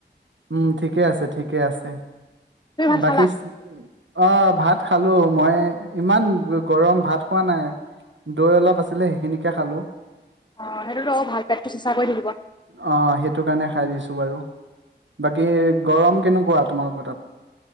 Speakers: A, on the right; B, on the left.
A: উম ঠিকে আছে-ঠিকে আছে
B: তুমি ভাত
A: বাকী
B: খালা
A: অ ভাত খালো মই ইমান গৰম ভাত খোৱা নাই দৈ অলপ আছিলে সেইখিনিকে খালো।
B: অ সেইটোতো ভাল পেটটো চিচা কৰি থাকিব।
A: অ সেইটো কাৰণে খাই দিছো বাৰু বাকী গৰম কেনেকুৱা তোমালোকৰ তাত?